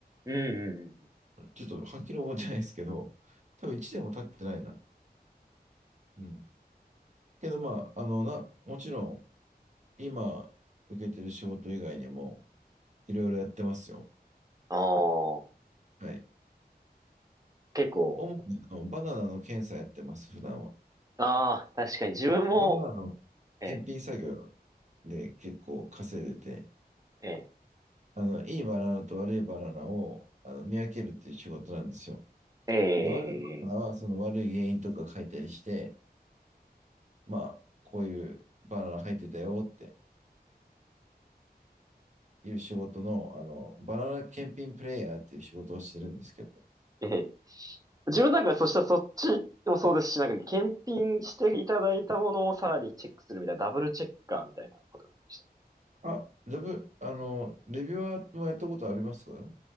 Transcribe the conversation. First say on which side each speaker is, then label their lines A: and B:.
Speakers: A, on the right (about 20°); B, on the right (about 45°).
A: うんうんうん。
B: ちょっとはっきり覚えてないですけど、多分1年も経ってないな。うん。けどまあ、あの、な、もちろん、今受けてる仕事以外にも、いろいろやってますよ。
A: ああ、
B: はい。
A: 結構、
B: 主にあのバナナの検査やってます、普段は。
A: ああ、確かに自分も、
B: バナナの検品作業
A: ええ、
B: で結構稼いでて、
A: ええ、
B: あの、いいバナナと悪いバナナをあの見分けるっていう仕事なんですよ。
A: ええ、
B: で、悪いバナナはその悪い原因とか書いたりして、まあ、こういうバナナ入ってたよっていう仕事の、あの、バナナ検品プレイヤーっていう仕事をしてるんですけど。
A: ええ自分なんかそしたらそっちもそうですし、なんか検品していただいたものをさらにチェックするみたいな、ダブルチェッカーみたいなことでました
B: あ、だぶ、あの、レビュアーもやったことありますか